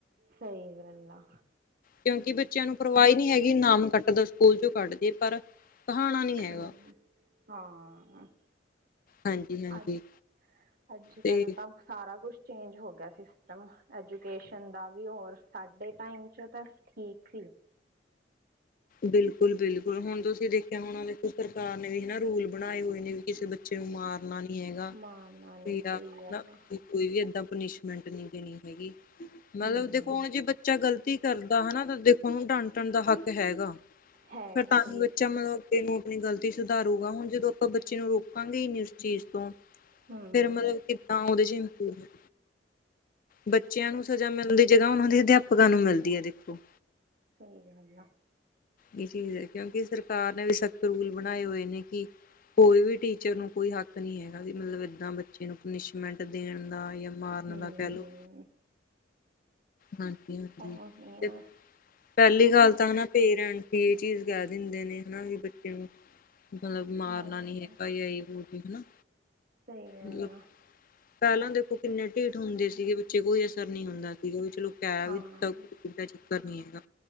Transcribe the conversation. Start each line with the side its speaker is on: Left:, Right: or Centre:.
Right: ਸਹੀ ਗੱਲ ਆ।
Left: ਕਿਉਂਕਿ ਬੱਚਿਆਂ ਨੂੰ ਪਰਵਾਹ ਈ ਨਹੀਂ ਹੈਗੀ ਨਾਮ ਕੱਟਦਾ ਸਕੂਲ ਚੋਂ ਕੱਟ ਦੇ ਪਰ ਕਹਾਣਾ ਨੀ ਹੈਗਾ
Right: ਹੂੰ, ਹਾਂ
Left: ਹਾਂਜੀ-ਹਾਂਜੀ
Right: ਅੱਜ, ਅੱਜ
Left: ਤੇ
Right: ਕੱਲ ਤਾਂ ਸਾਰਾ ਕੁਛ ਚੇਂਜ ਹੋ ਗਿਆ ਸਿਸਟਮ, ਐਜੂਕੇਸ਼ਨ ਦਾ ਵੀ ਹੁਣ ਸਾਡੇ ਟਾਈਮ 'ਚ ਤਾਂ ਠੀਕ ਸੀ।
Left: ਬਿਲਕੁਲ-ਬਿਲਕੁਲ ਹੁਣ ਤੁਸੀਂ ਦੇਖਿਆ ਹੋਣਾ ਦੇਖੋ ਸਰਕਾਰ ਨੇ ਵੀ ਹਨਾ ਰੂਲ ਬਣਾਏ ਹੋਏ ਨੇ ਵੀ ਕਿਸੇ ਬੱਚੇ ਨੂੰ ਮਾਰ ਮਾਰਨਾ ਨੀ ਹੈਗਾ।
Right: ਮਾਰਨਾ ਨੀ
Left: <unintelligible>
Right: ਸਹੀ ਗੱਲ ਆ
Left: ਕੋਈ ਵੀ ਏਦਾਂ ਪਨਿਸ਼ਮੈਂਟ ਨਹੀਂ ਦੇਣੀ ਹੈਗੀ। ਮਤਲਬ
Right: ਹਮ
Left: ਦੇਖੋ ਹੁਣ ਜੇ ਬੱਚਾ ਗ਼ਲਤੀ ਕਰਦਾ ਹਨਾ ਤਾਂ ਦੇਖੋ ਡਾਂਟਣ ਦਾ ਹੱਕ ਹੈਗਾ।
Right: ਹੈਗਾ
Left: ਫਿਰ ਤਾਂ
Right: ਸਹੀ
Left: ਹੀ ਬੱਚਾ ਮਤਲਬ ਬੱਚੇ ਨੂੰ ਆਪਣੀ ਗਲਤੀ ਸੁਧਾਰੂਗਾ ਹੁਣ ਜਦੋਂ ਆਪਾਂ ਬੱਚੇ ਨੂੰ ਰੋਕਾਂਗੇ ਈ ਨੀ ਚੀਜ਼ ਤੋਂ,
Right: ਹਮ
Left: ਫਿਰ ਮਤਲਬ ਕਿੱਦਾਂ ਉਹਦੇ ਚ ਇੰਪਰੂਵਮੈਂਟ ਬੱਚਿਆਂ ਨੂੰ ਸਜ਼ਾ ਮਿਲਦੀ ਜਗ੍ਹਾ ਉਹਨਾਂ ਦੇ ਅਧਿਆਪਕਾਂ ਨੂੰ ਮਿਲਦੀ ਹੈ ਦੇਖੋ।
Right: ਸਹੀ ਗੱਲ ਆ।
Left: ਇਹ ਚੀਜ਼ ਹੈ ਕਿਉਂਕਿ ਸਰਕਾਰ ਨੇ ਵੀ ਸਖਤ ਰੂਲ ਬਣਾਏ ਹੋਏ ਨੇ ਕਿ ਕੋਈ ਵੀ ਟੀਚਰ ਨੂੰ ਕੋਈ ਹੱਕ ਨਹੀਂ ਹੈਗਾ ਵੀ ਮਤਲਬ ਏਦਾਂ ਬੱਚੇ ਨੂੰ ਪਨਿਸ਼ਮੈਂਟ ਦੇਣ ਦਾ ਜਾਂ ਮਾਰਨ
Right: ਹਮ
Left: ਦਾ ਕਹਿ ਲੋ। ਹਾਂਜੀ-ਹਾਂਜੀ
Right: ਉਹੀ
Left: ਤੇ
Right: ਆ
Left: ਪਹਿਲੀ ਗੱਲ ਤਾਂ ਹਨਾ ਪੇਰੈਂਟ ਹੀ ਇਹ ਚੀਜ਼ ਕਹਿ ਦਿੰਦੇ ਨੇ ਹਨਾ ਵੀ ਬੱਚੇ ਨੂੰ ਮਤਲਬ ਮਾਰਨਾ
Right: ਹਾਂ
Left: ਨੀ ਹੈਗਾ ਜਾਂ ਜੇ ਬੋ ਵੀ ਹਨਾ,
Right: ਸਹੀ ਗੱਲ
Left: ਮਤਲਬ
Right: ਆ
Left: ਪਹਿਲਾਂ ਦੇਖੋ ਕਿੰਨੇ ਢੀਠ ਹੁੰਦੇ ਸੀਗੇ ਬੱਚੇ ਕੋਈ ਅਸਰ ਨਹੀਂ ਹੁੰਦਾ ਸੀਗਾ ਵੀ ਚਲੋ ਕਹਿ
Right: ਹਾਂ
Left: ਵੀ <unintelligible> ਚੱਕਰ ਨਹੀਂ ਹੈਗਾ।